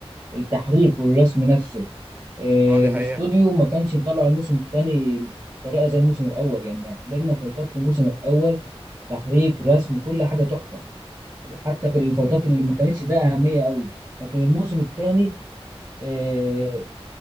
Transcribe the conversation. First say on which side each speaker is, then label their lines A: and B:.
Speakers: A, on the right; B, on the right.
A: التحريك والرسم نفسه آه،
B: اه دي
A: الاستوديو
B: حقيقة
A: ما كانش مطلع الموسم الثاني بطريقه زي الموسم الاول يعني حضرنا فايتات في الموسم الاول تحريك رسم كل حاجه تحفه حتى في الفترات اللي ما كانتش ده اهميه قوي لكن الموسم الثاني آه،